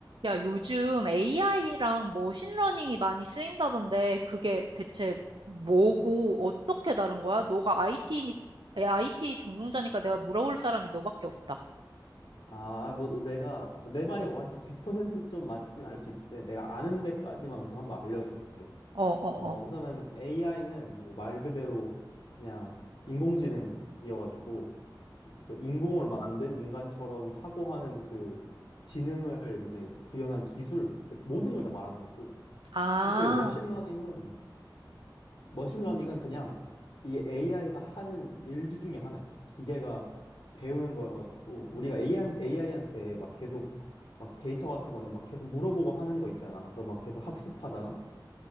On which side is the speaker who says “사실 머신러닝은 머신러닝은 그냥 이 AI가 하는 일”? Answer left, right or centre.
Left